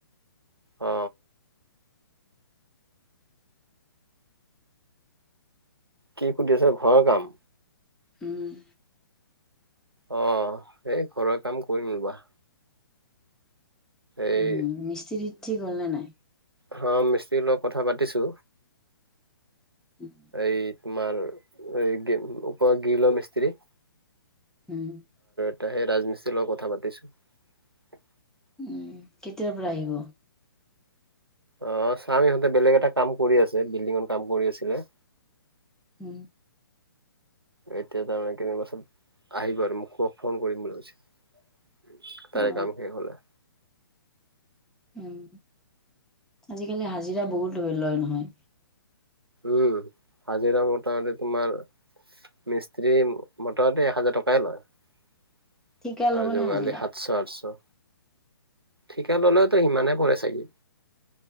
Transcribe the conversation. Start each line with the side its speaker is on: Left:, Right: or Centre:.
Right: অ কি সুধি আছে ঘৰ ৰকাম
Centre: উম
Right: অ এই ঘৰুৱাৰ কাম কৰিম ৰবা এই
Centre: উম মিস্ত্ৰী ঠিক হ'ল ন নাই
Right: হ মিস্ত্ৰী লগত কথা পাতিছো
Centre: উম
Right: এই তোমাৰ এই উপ গিল মিস্ত্ৰী
Centre: হম
Right: এয়া সেই ৰাজমিস্ত্ৰীৰ লগত কথা পাতিছো
Centre: উম কেতিয়াৰ পৰা আহিব
Right: আহ ছাৰ ইহঁতে বেলেগ এটা কাম কৰি আছে বিল্ডিঙৰ কাম কৰি আছিলে
Centre: উম
Right: এতিয়া তাৰমানে কো চত আহিব আৰু মোক ক ফোন কৰিম বুলি কৈছে তাৰে
Centre: অ
Right: কাম শেখ হলে
Centre: উম আজিকালি হাজিৰা বহুত ধ লয় নহয়
Right: উম হাজিৰা মোটামুটি তোমাৰ মিস্ত্ৰী মোটামুটি এক হাজাৰ টকাই লয়
Centre: ঠিকা ল'বনে
Right: আৰু যোগালি
Centre: হাজিৰা
Right: সাতশ আঠশ ঠিকা ললেওতো সিমানে পৰে চাগি